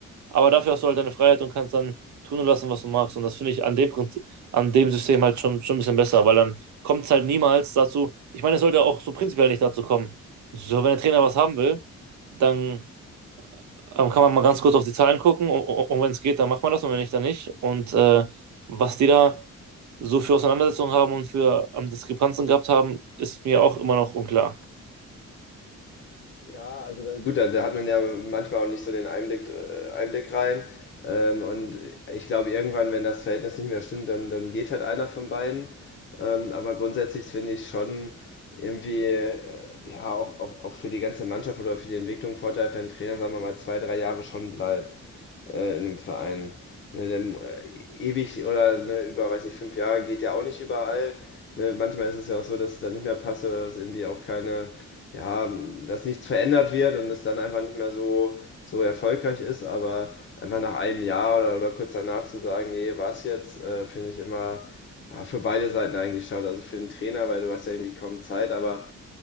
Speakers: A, on the right; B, on the left.
A: aber dafür hast du halt deine Freiheit und kannst dann tun und lassen, was du magst. Und das finde ich an dem Prinzip, an dem System halt schon, schon ein bisschen besser, weil dann kommt es halt niemals dazu. Ich meine, es sollte auch so prinzipiell nicht dazu kommen. So, wenn der Trainer was haben will, dann ähm, kann man mal ganz kurz auf die Zahlen gucken und, und wenn es geht, dann macht man das und wenn nicht, dann nicht. Und äh, was die da so für Auseinandersetzungen haben und für ähm, Diskrepanzen gehabt haben, ist mir auch immer noch unklar.
B: Ja, also da, gut, da, da hat man ja manchmal auch nicht so den Einblick, äh, Einblick rein. Ähm, und ich glaube, irgendwann, wenn das Verhältnis nicht mehr stimmt, dann, dann geht halt einer von beiden. Ähm, aber grundsätzlich finde ich schon irgendwie, äh, ja, auch, auch, auch für die ganze Mannschaft oder für die Entwicklung Vorteil, wenn ein Trainer, sagen wir mal, zwei, drei Jahre schon bleibt äh, in einem Verein. Ne, denn, äh, ewig oder ne, über, weiß nicht, fünf Jahre geht ja auch nicht überall. Ne, manchmal ist es ja auch so, dass es dann nicht mehr passt oder dass irgendwie auch keine ja, dass nichts verändert wird und es dann einfach nicht mehr so, so erfolgreich ist, aber einfach nach einem Jahr oder, oder kurz danach zu sagen, nee, war's jetzt, äh, finde ich immer ja, für beide Seiten eigentlich schade. Also für den Trainer, weil du hast ja irgendwie kaum Zeit, aber